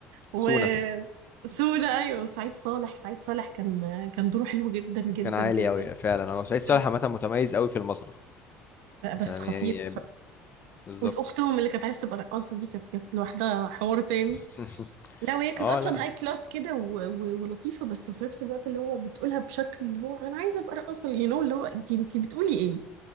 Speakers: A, on the right; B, on the left.
A: و
B: سونا
A: سودا أيوه سعيد صالح سعيد صالح كان كان دوره حلو جدا جدا
B: كان عالي
A: جدا
B: قوي فعلا هو سعيد
A: بجد.
B: صالح عامه متميز قوي في المسرح
A: لا بس
B: فاهم
A: خطير
B: يعني
A: بصراحة
B: بالظبط
A: وأختهم اللي كانت عايزة تبقى رقاصة دي كانت كانت لوحدها حوار تاني
B: <laughs>
A: لا وهي كانت
B: اه
A: اصلا
B: لا
A: هاي كلاس كده و... و... ولطيفه بس في نفس الوقت اللي هو بتقولها بشكل اللي هو انا عايزه ابقى رقاصه يو نو اللي هو انت انت بتقولي ايه